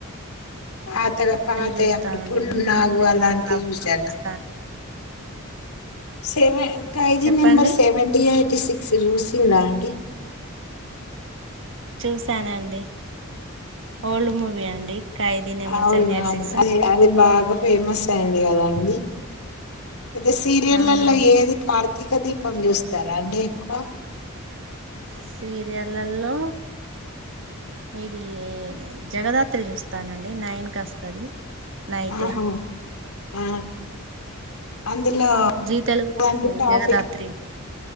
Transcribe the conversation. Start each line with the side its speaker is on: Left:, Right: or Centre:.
Left: పాతగ పాతవి
Right: చూస్తామండి
Left: అప్పుడు పున్నమి
Right: నిండు
Left: నాగు
Right: నూరేళ్ల
Left: అలాంటివి
Right: కాపురం
Left: చూసార?
Right: చూస్తాను
Left: సెవెన్, ఖైదీ
Right: చెప్పండి
Left: నెంబర్ సెవెంటీ, ఎయిటీ సిక్స్, చూసిందా అండి?
Right: చూసానండి. ఓల్డ్ మూవీ అండి. ఖైదీ నెంబర్
Left: అవునవును.
Right: సెవెన్ ఎయిట్ సిక్స్
Left: అది అది బాగా ఫేమస్ అయింది కదండి, అయితే సీరియలల్లో
Right: అవునండి
Left: ఏది కార్ తీక దీపం చూస్తారా అండి ఎక్కువ?
Right: సీరియల్లల్లో ఇది జగదాత్రి చూస్తానండి నైన్ కస్తది నైట్ల
Left: ఆహా ఆ అందులో
Right: జీ తెలుగులో
Left: అలాంటి
Right: వస్తది
Left: టాఫి
Right: జగదాత్రి